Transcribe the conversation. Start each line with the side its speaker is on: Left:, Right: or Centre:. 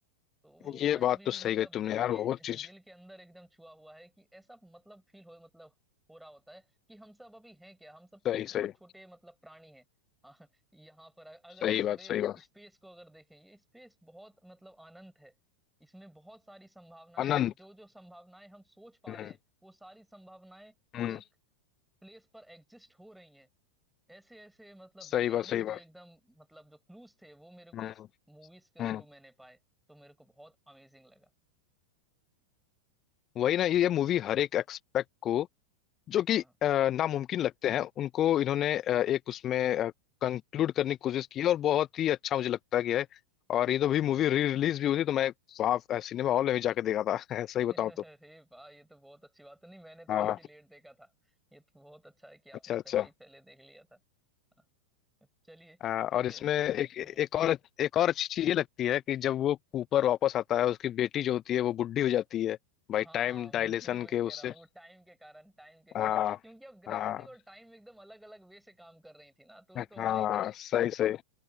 Centre: तो वो
Left: ये
Centre: पार्ट
Left: बात
Centre: अभी भी
Left: तो सही
Centre: मतलब
Left: गई तुमने
Centre: दिल
Left: यार
Centre: के
Left: बहुत चीज
Centre: दिल के अंदर एकदम छुआ हुआ है कि ऐसा मतलब फील हो मतलब हो रहा होता है कि हम सब अभी हैं क्या हम सब तो
Left: सही
Centre: एक बहुत
Left: सही
Centre: छोटे मतलब प्राणी हैं हाँ, यहाँ पर अगर
Left: सही
Centre: हम पूरे
Left: बात सही बात
Centre: स्पेस को अगर देखें ये स्पेस बहुत मतलब अनंत है इसमें बहुत सारी संभावनाएं
Left: अनंत
Centre: हैं जो जो संभावनाएं हम सोच पा
Left: हम्म
Centre: रहे हैं वो सारी संभावनाएं
Left: हम्म
Centre: एक प्लेस पर एग्जिस्ट हो रही हैं ऐसे ऐसे मतलब
Left: सही
Centre: वैज्ञानिक
Left: बात सही
Centre: जो
Left: बात
Centre: एकदम मतलब जो क्लूज थे वो मेरे
Left: हम्म
Centre: को इस मूवीज के
Left: हम्म
Centre: थ्रू मैंने पाए तो मेरे को बहुत अमेजिंग लगा
Left: वही ना ये मूवी हर एक एक्सपेक्ट को जो कि
Centre: हाँ
Left: अ, नामुमकिन लगते हैं उनको इन्होंने अ, एक उसमें कंक्लूड करने की कोशिश की है और बहुत ही अच्छा मुझे लगता गया है और ये तो भी मूवी री रिलीज भी हुई थी तो मैं वहाँ सिनेमा हॉल में भी जाके देखा था <laughs> सही
Centre: <laughs>
Left: बताऊं
Centre: अरे
Left: तो
Centre: वाह ये तो बहुत अच्छी बात है नहीं मैंने तो
Left: हाँ
Centre: काफी लेट देखा था ये तो बहुत अच्छा है कि आपने
Left: अच्छा
Centre: पहले
Left: अच्छा
Centre: ही पहले देख लिया था हाँ, चलिए
Left: आ,
Centre: ठीक
Left: और इसमें
Centre: है हम्म
Left: एक एक और एक और अच्छी चीज ये लगती है कि जब वो कूपर वापस आता है उसकी बेटी जो होती है वो बुढ़ी हो जाती है भाई
Centre: हाँ
Left: टाइम
Centre: हाँ
Left: डायलेशन
Centre: मैं भी वही
Left: के
Centre: कह
Left: उससे
Centre: रहा हूँ वो टाइम के कारण टाइम के कारण
Left: हाँ
Centre: कि क्योंकि अब ग्रेविटी
Left: हाँ
Centre: और टाइम एकदम अलग अलग वे से काम कर रही थी ना तो वो
Left: हाँ
Centre: तो होना ही था
Left: सही सही